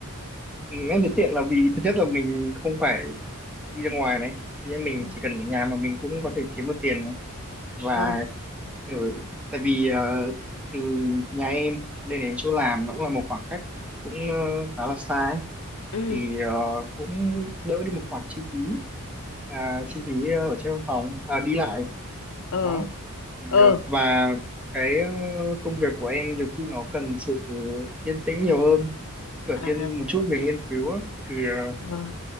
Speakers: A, in the centre; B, on the left.
A: ừ, em thấy tiện là vì thứ nhất là mình không phải đi ra ngoài này thì em mình
B: ừ
A: chỉ cần ở nhà mà mình cũng có thể kiếm được tiền này và
B: ờ
A: ở, tại vì ờ, từ nhà em lên đến chỗ làm nó cũng là một khoảng cách cũng ờ, khá là xa ấy.
B: ừ
A: thì ờ, cũng đỡ đi một khoản chi phí à, chi phí ờ, ở trên văn phòng à, đi lại
B: ờ
A: đó thì,
B: ờ
A: ờ, và cái ờ, công việc của em nhiều khi nó cần sự yên tĩnh nhiều hơn nó kiểu
B: à,
A: thiên một chút về nghiên cứu á. thì ờ,
B: ờ